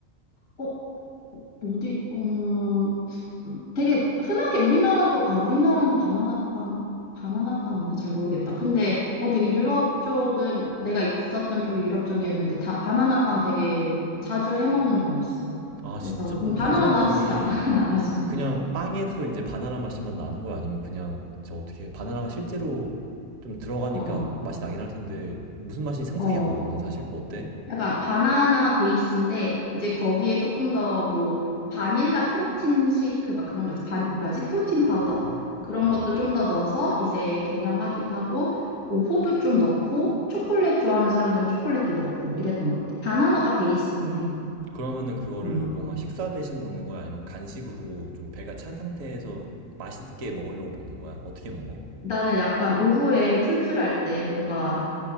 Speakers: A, on the left (about 75°); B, on the right (about 70°).
A: 어, 어디, 어, 되게 흔하게 우리나라도 아 우리나라는 바나나 빵 바나나 빵이 없나 잘 모르겠다. 근데 어 되게 유럽 쪽은 내가 있었던 쪽이 유럽 쪽이었는데 다 바나나 빵 되게 자주 해 먹는 거였어.
B: 아,
A: 그래서
B: 진짜?
A: 음,
B: 그럼
A: 바나나
B: 바나나
A: 맛이
B: 빵이
A: 나 바나나 맛이 나.
B: 그냥 빵에서 이제 바나나 맛이만 나는 거야? 아니면 그냥 저 어떻게 바나나가 실제로 좀 들어가니까
A: 어어
B: 맛이 나긴 할 텐데 무슨 맛인지 상상이
A: 어, 어.
B: 안 가거든, 사실? 어때?
A: 약간 바나나 베이스인데 이제 거기에 조금 더 뭐 바닐라 프로틴 쉐이크 막 그런 거 있지. 반 뭐라지? 프로틴 파우더?
B: 아,
A: 그런
B: 어어.
A: 것도 좀 더 넣어서 이제 계량하기도 하고 뭐 호두 좀 넣고 초콜릿 좋아하는 사람들은 초콜릿도 넣고 이랬던 것 같아. 바나나가 베이스긴 해.
B: 그러면은 그거를
A: 음.
B: 뭔가 식사 대신 먹는 거야? 아니면 간식으로 좀 배가 찬 상태에서 맛있게 먹으려고 먹는 거야? 어떻게 먹어?
A: 나는 약간 오후에 출출할 때 뭔가